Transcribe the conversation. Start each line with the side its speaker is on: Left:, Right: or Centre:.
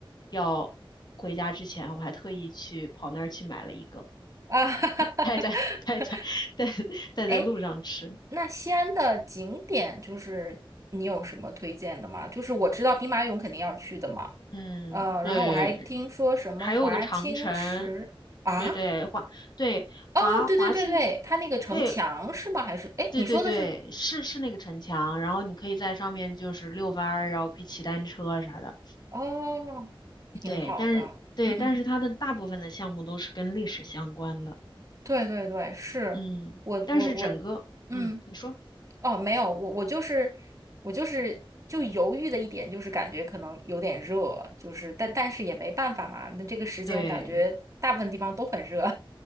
Left: 要回家之前，我还特意去跑那儿去买了一个，
Right: 啊，<laughs> 哈哈哈哈，
Left: 带在 <laughs> 带在带带在路上吃。
Right: 哎，那西安的景点就是你有什么推荐的吗？就是我知道兵马俑肯定要去的嘛，
Left: 嗯，
Right: 呃，
Left: 对，
Right: 然后我还听说什么华清池啊，
Left: 还有一个长城，对对华对华华清，
Right: 哦，对对对对，它那个城墙是吗？
Left: 对
Right: 还是哎，诶你说的是
Left: 对对对，是是那个城墙，然后你可以在上面就是遛弯儿，然后可以骑单车啊啥的，
Right: 哦，挺好的。
Left: 对，但是对，
Right: 嗯。
Left: 但是它的大部分的项目都是跟历史相关的，
Right: 对对对，是我我我，
Left: 嗯，但是整个，
Right: 嗯，
Left: 嗯，你说，
Right: 哦，没有，我我就是我就是就犹豫的一点就是感觉可能有点热，就是但但是也没办法嘛，那这个时间感觉大部分地方都很热，
Left: 对